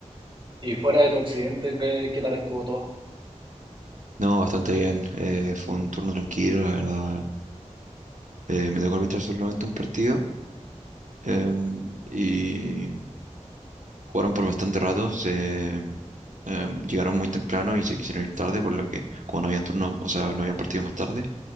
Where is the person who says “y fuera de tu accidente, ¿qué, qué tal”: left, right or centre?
Right